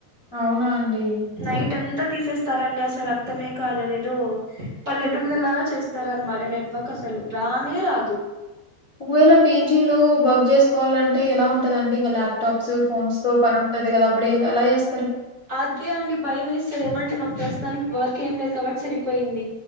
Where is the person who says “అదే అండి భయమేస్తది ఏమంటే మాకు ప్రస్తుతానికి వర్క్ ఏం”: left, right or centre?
Right